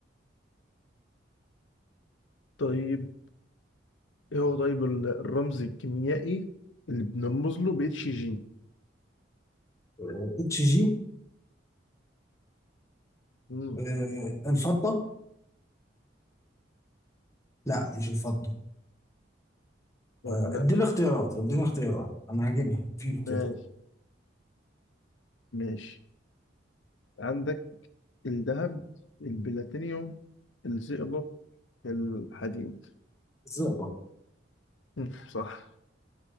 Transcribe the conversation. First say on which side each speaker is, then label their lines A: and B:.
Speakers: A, on the left (about 80°); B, on the left (about 15°).
A: طيب ايه هو طيب ال- الرمز الكيميائي اللي بنرمز له ب اتش جي
B: آه، اتش جي
A: مم.
B: آه، الفضه لا مش الفضه
A: طب
B: آه،
A: لا
B: اديني
A: مش
B: اختيارات اديني اختيارات انا هجيبها في اختيارات
A: ماشي ماشي عندك الذهب البلاتينيوم الزئبق الحديد
B: الزئبق
A: مم. صح